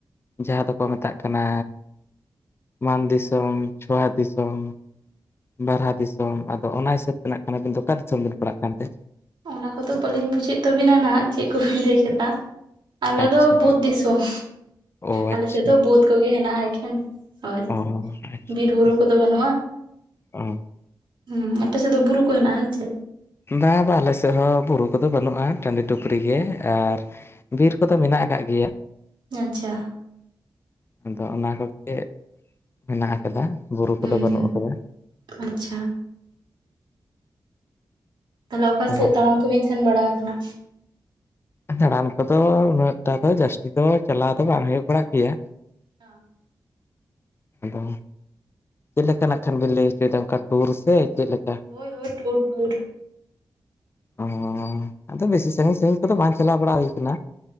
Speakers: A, on the left; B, on the right.
A: ᱡᱟᱦᱟᱸ ᱫᱚᱠᱚ ᱢᱮᱛᱟᱜ ᱠᱟᱱᱟ ᱢᱟᱱ ᱫᱤᱥᱚᱢ, ᱪᱷᱳᱣᱟ ᱫᱤᱥᱚᱢ, ᱵᱟᱨᱦᱟ ᱫᱤᱥᱚᱢ ᱟᱫᱚ ᱚᱱᱟ ᱦᱤᱥᱟᱹᱵ ᱱᱟᱜ ᱠᱟᱱ ᱟᱵᱤᱱ ᱫᱚ ᱚᱠᱟ ᱫᱤᱥᱚᱢ ᱵᱤᱱ ᱯᱟᱲᱟᱜ ᱠᱟᱱᱛᱮ
B: ᱚᱱᱟ ᱠᱚᱫᱚ ᱵᱟᱹᱞᱤᱧ ᱵᱩᱡᱮᱫ ᱛᱟᱵᱤᱱᱟ ᱱᱟ ᱪᱮᱫ ᱠᱚᱵᱤᱱ ᱞᱟᱹᱭ ᱠᱟᱫᱟ᱾ ᱟᱞᱮ
A: ᱟᱪᱪᱷᱟ
B: ᱫᱚ
A: ᱟᱪᱪᱷᱟ
B: ᱵᱟ. ᱫᱽ ᱫᱤᱥᱚᱢ
A: ᱟᱪᱪᱷᱟ, ᱚ
B: ᱟᱞᱮᱥᱮᱫ
A: ᱟᱪᱪᱷᱟ
B: ᱫᱚ ᱵᱟ. ᱫᱽ ᱠᱚᱜᱮ ᱦᱮᱱᱟᱜᱼᱟ ᱮᱠᱷᱮᱱ ᱚᱭ
A: ᱚ ᱟᱪᱪᱷᱟ
B: ᱵᱤᱨᱵᱩᱨᱩ
A: ᱟᱪᱪᱷᱟ,
B: ᱠᱚᱫᱚ ᱵᱟᱹᱱᱩᱜᱼᱟ
A: ᱚ
B: ᱦᱩ ᱟᱯᱮ ᱥᱮᱫ ᱫᱚ ᱵᱩᱨᱩ ᱠᱚ ᱦᱮᱱᱟᱜᱼᱟ ᱦᱮᱸ ᱪᱮ
A: ᱵᱟ ᱵᱟ ᱟᱞᱮᱥᱮᱫ ᱦᱚᱸ ᱵᱩᱨᱩ ᱠᱚᱫᱚ ᱵᱟᱹᱱᱩᱜᱼᱟ ᱴᱟᱹᱰᱤ ᱴᱩᱯᱨᱤ ᱜᱮ ᱟᱨ ᱵᱤᱨ ᱠᱚᱫᱚ ᱢᱮᱱᱟᱜ ᱟᱠᱟᱫ ᱜᱮᱭᱟ
B: ᱟᱪᱪᱷᱟ
A: ᱟᱫᱚ ᱚᱱᱟ ᱠᱚᱜᱮ ᱢᱮᱱᱟᱜ
B: ᱦᱩᱸ
A: ᱠᱟᱫᱟ ᱵᱩᱨᱩ ᱠᱚᱫᱚ ᱵᱟᱹᱱᱩᱜ
B: ᱦᱩᱸ
A: ᱠᱟᱫᱟ
B: ᱟᱪᱪᱷᱟ ᱛᱟᱦᱚᱞᱮ ᱚᱠᱟ
A: ᱛᱚ
B: ᱥᱮᱫ ᱫᱟᱲᱟᱢ ᱠᱚᱵᱤᱱ ᱥᱮᱱ ᱵᱟᱲᱟ ᱠᱟᱱᱟ
A: ᱫᱟᱬᱟᱱ ᱠᱚᱫᱚ ᱩᱱᱟᱹᱜᱴᱟ ᱫᱚ ᱡᱟᱹᱥᱛᱤ ᱫᱚ ᱪᱟᱞᱟᱣ ᱫᱚ ᱵᱟᱝ ᱦᱳᱭᱳᱜ ᱵᱟᱲᱟᱜ ᱜᱮᱭᱟ
B: ᱚ
A: ᱟᱫᱚ ᱪᱮᱫ ᱞᱮᱠᱟ ᱱᱟᱜ ᱠᱷᱟᱱ ᱵᱤᱱ ᱞᱟᱹᱭ ᱦᱚᱪᱚᱭᱫᱟ ᱚᱱᱠᱟ ᱴᱩᱨ ᱥᱮ ᱪᱮᱫ ᱞᱮᱠᱟ
B: ᱦᱳᱭ ᱦᱳᱭ ᱴᱩᱨ ᱴᱩᱨ
A: ᱚ ᱟᱫᱚ ᱵᱮᱥᱤ ᱥᱟᱹᱜᱤᱧ ᱥᱟᱹᱜᱤᱧ ᱠᱚᱫᱚ ᱵᱟᱝ ᱪᱟᱞᱟᱣ ᱵᱟᱲᱟ ᱦᱩᱭ ᱠᱟᱱᱟ